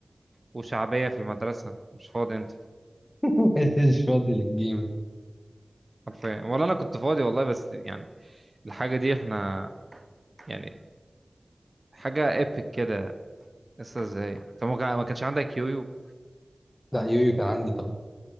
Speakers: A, on the right; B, on the left.
A: وشعبية في المدرسة مش فاضي انت
B: <laughs> مش فاضي للجيمنج
A: حرفيا ولا انا كنت فاضي والله بس يعني الحاجه دي احنا يعني حاجه ايبك كده لسه ازاي طب ما كان- ما كانش عندك يويو
B: لا يويو كان عندي طبعا